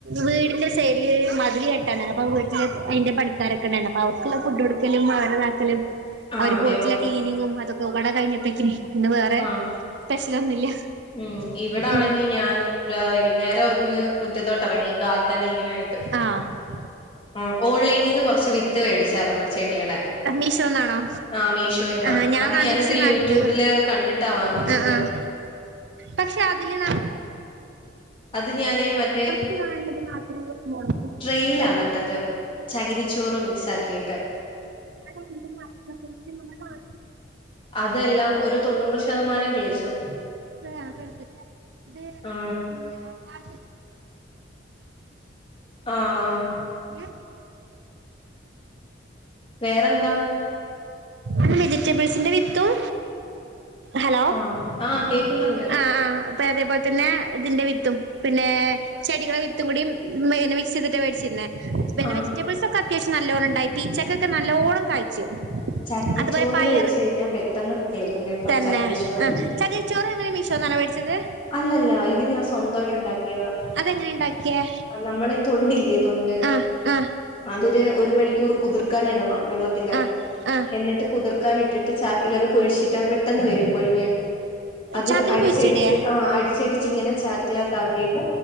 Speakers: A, on the right; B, on the left.
A: വീടിന്റെ സൈഡില് മതില് കേട്ടാണ് അപ്പൊ വീട്ടില് അയിന്റെ പണി <unintelligible> രൊക്ക അപ്പോ അവർക്കുള്ള ഫുഡ് എടുക്കലും അവരെതാക്കലും
B: ആഹ്
A: അവര്
B: അതെയോ
A: പോയിട്ടില്ല ക്ലീനിങ്ങും, അതൊക്കെ പാടെ കഴിഞ്ഞത്തേക്കിന് ഇന്ന് വേറെ
B: ആഹ്
A: സ്പെഷ്യലൊന്നുല്ല
B: ഉം. ഇവിടെ ആണെങ്കിൽ
A: ഉം
B: ഞാൻ വൈകുന്നേരം ഒന്ന് മുറ്റത്തോട്ട് ഇറങ്ങി ഗാർഡനിങ്ങിനായിട്ട്
A: ആഹ്
B: മ്. ഓൺലൈനിന്ന് കുറച്ച് വിത്ത് മേടിച്ചാരന്ന് ചെടിടെ
A: മീഷോന്നാണോ
B: ആഹ മീഷോയിന്നാ
A: ആഹ് ഞാൻ
B: അത്
A: വാങ്ങിച്ച്
B: ഞാനത്
A: നട്ട്
B: യൂട്യൂബില് കണ്ടിട്ടാ വാങ്ങിച്ചത്.
A: ആഹ് ആഹ് പക്ഷെ അതില ന.
B: അത് ഞാനേ മറ്റേ
A: കാണത് മാത്രമ മുളക്ക
B: ട്രെയിലന്ട്ടത് ചകിരിച്ചോറ് മിക്സ് ആക്കിയിട്ട്
A: <inaudible>
B: അതെല്ലാം ഒരു തൊണ്ണൂറ് ശതമാനം കിളിച്ചു.
A: അത ആ <unintelligible> ല്ല അ
B: ആ
A: പിന്നെ കാ
B: ആഹ്
A: ഉം
B: വേറെന്താ
A: പിന്നെ വെജിറ്റബിൾസിന്റെ വിത്തും, ഹലോ
B: ആ ആ കേക്കുന്നുണ്ട്
A: ആഹ ആ പിന്നെ അതേപോലെ തന്നെ ഇതിന്റെ വിത്തും പിന്നെ. ചെടികള വിത്തും കൂടിം പി മിക്സ് ചെയ്തിട്ട് മേടിച്ചിരുന്നേ പിന്നെ
B: ആ
A: വെജിറ്റബിൾസ് ഒക്കെ അത്യാവശ്യം നല്ലോണ്ണം ഉണ്ടായി പിഇച്ചക്കൊക്കെ നല്ലോണം കായ്ച്ചു.
B: ചകിരിച്ചോറിൽ
A: അതുപോലെ പയർ
B: വെച്ച് കഴിഞ്ഞാൽ പെട്ടെന്ന് കിളിക്കും കേട്ടോ
A: തന്നെ
B: ചകിരിച്ചോറ്
A: ആ ചകിരി. ചോറ എങ്ങനെ മിഷോന്നാണോ മേടിച്ചത്?
B: അല്ല അല്ല ഇത് ഞാൻ സ്വ ന്തയിട്ടുണ്ടാക്കിയതാ
A: അതെങ്ങനെ ഉണ്ടാക്കിയേ
B: നമ്മള് തൊണ്ടില്ലേ തൊണ്ട്
A: ആ ആ
B: അതൊരു ഒരു മണിക്കൂർ കുതിർക്കാനിടണം വെള്ളത്തില്
A: ആ ആ
B: എന്നിട്ട് കുതിർ കുതിർക്കാനിട്ടട്ട് ചാക്കിൽ അത് പൊഴിച്ചിട്ട പെട്ടെന്ന് വരും പൊഴിഞ് അത്
A: ചാക്കില്
B: അടിച്ചടിച്ച്
A: കുഴിച്ചിടേ
B: ആ അടിച്ചടിച്ച് ഇങ്ങനെ ചക്കിലതാകിട്ട്